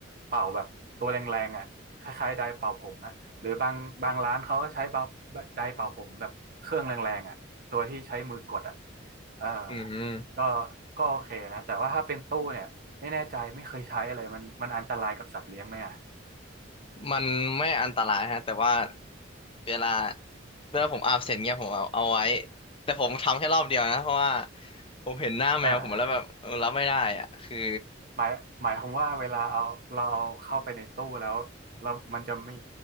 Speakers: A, on the right; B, on the left.
A: เป่าแบบตัวแรงๆอ่ะคล้ายๆไดร์เป่าผมอ่ะหรือบางบางร้านเขาก็ใช้เป่าไดร์เป่าผมแบบเครื่องแรงๆอ่ะตัวที่ใช้มือกดอ่ะ
B: <laughs>
A: เออ
B: อืม
A: ก็ก็โอเคนะแต่ว่าถ้าเป็นตู้เนี่ยไม่แน่ใจไม่เคยใช้เลยมันมันอันตรายกับสัตว์เลี้ยงไหมอ่ะ
B: มันไม่อันตรายฮะแต่ว่าเวลาเวลาผมอาบเสร็จเงี้ยผมเอาเอาไว้แต่ผมทำแค่รอบเดียวนะเพราะว่าผมเห็นหน้าแมวผมแล้วแบบเออรับไม่ได้อ่ะคือ
A: อ่าหมายหมายความว่าเวลาเอาเราเอาเข้าไปในตู้แล้วแล้วมันจะมี